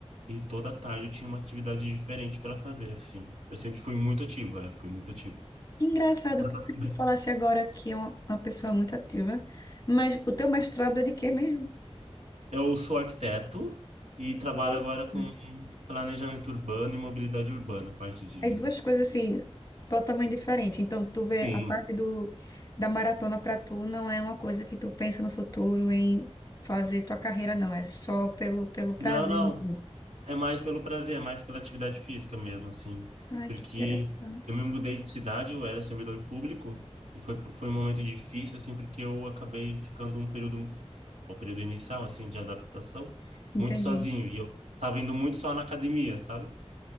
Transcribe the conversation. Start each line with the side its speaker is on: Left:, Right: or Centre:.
Right: e toda tarde eu tinha uma atividade diferente para fazer, assim. Eu sempre fui muito ativo, é, fui muito ativo.
Left: Que engraçado,
Right: Mas
Left: porque
Right: assim,
Left: tu falasse agora que é uma, uma pessoa muito ativa, mas o teu mestrado é de quê mesmo?
Right: eu sou arquiteto e trabalho
Left: Nossa,
Right: agora com planejamento urbano e mobilidade urbana, parte de
Left: aí duas coisas assim, totalmente diferentes. Então, tu vê
Right: Sim.
Left: a parte do, da maratona pra tu não é uma coisa que tu pensa no futuro em fazer tua carreira, não, é só pelo, pelo prazer
Right: Não, não.
Left: mesmo.
Right: É mais pelo prazer, é mais pela atividade física mesmo, assim.
Left: Ai,
Right: Porque
Left: que interessante.
Right: eu me mudei de cidade, eu era servidor público, e foi, pro- foi um momento difícil, assim, porque eu acabei ficando um período, o período inicial, assim, de adaptação,
Left: Entendi.
Right: muito sozinho. E eu tava indo muito só na academia, sabe?